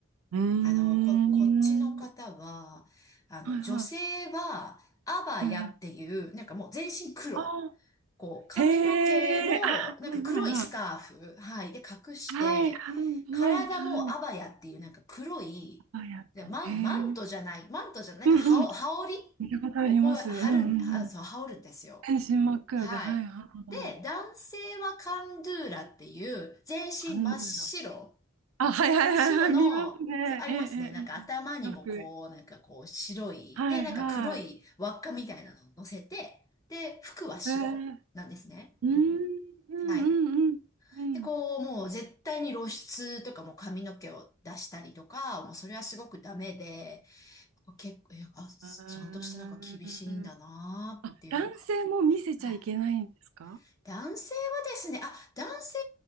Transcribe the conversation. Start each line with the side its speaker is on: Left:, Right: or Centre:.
Right: うーん、
Left: あの、こ、こっちの方は、あの、
Right: はいは
Left: 女性は、アバヤっていう、
Right: い、ええ、
Left: なんかもう全身黒。
Right: ああ、
Left: こう、
Right: へ
Left: 髪の毛も、
Right: え、ああ、
Left: なんか黒いスカーフ、
Right: はいはいはい、
Left: はい、で隠して、
Right: はいはいはいはい、
Left: 体もアバヤっていうなんか黒い、
Right: あ、やってんの、
Left: でマン、マントじゃない、
Right: へえ、
Left: マントじゃない、
Right: うんうん、
Left: なんか羽織、羽織
Right: 見たことあります、
Left: をこう、貼るん、
Right: うんう
Left: あ、
Right: んうん、
Left: そう、羽織るんですよ。
Right: 全身真っ黒で、
Left: はい。
Right: はいはいはい、
Left: で、男性はカンドゥーラっていう、全身真っ白。
Right: パンダロ、あ、はいはいはいはい、
Left: 真っ白の、
Right: 見ますね、
Left: そうありますね。
Right: ええ、ええ、
Left: なんか頭にもこう、
Right: ええよく。
Left: なんかこう白い、
Right: はいはい。
Left: で、なんか黒い輪っかみたいなのを乗せて、で、服は白なんですね。
Right: えー、うーん、うん、
Left: はい。
Right: うん、うん。うん
Left: で、こう、もう絶対に露出とかも髪の毛を出したりとか、もうそれはすごくダメで、結構、えあ、ちゃんとしてなんか厳しいんだなーっていうのが。
Right: あーあ、男性も見せちゃいけないんですか
Left: はい男性はですね、あ、男性